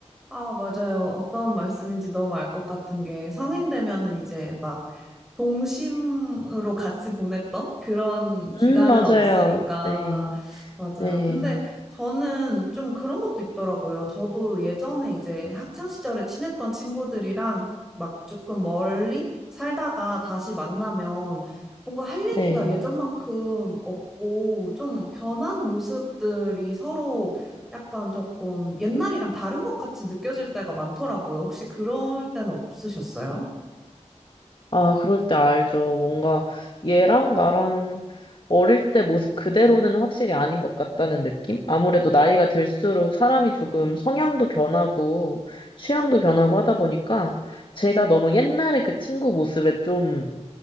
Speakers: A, in the centre; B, on the left.
A: 아, 맞아요. 어떤 말씀인지 너무 알 것 같은 게 성인 되면은 이제 막 동심으로 같이 보냈던 그런 기간은
B: 음, 맞아요.
A: 없으니까
B: 네.
A: 맞아요.
B: 네,
A: 근데 저는 좀 그런 것도 있더라고요. 저도 예전에 이제 학창 시절에 친했던 친구들이랑 막 조금 멀리 살다가 다시 만나면 뭔가 할 얘기가
B: 네.
A: 예전만큼 없고 좀 변한 모습들이 서로 약간 조금 옛날이랑 다른 것 같이 느껴질 때가 많더라고요. 혹시 그럴 때는 없으셨어요?
B: 아, 그럴 때 알죠. 뭔가 얘랑 나랑 어릴 때 모습 그대로는 확실히 아닌 것 같다는 느낌? 아무래도 나이가 들수록 사람이 조금 성향도 변하고 취향도 변하고 하다 보니까 제가 너무 옛날에 그 친구 모습에 좀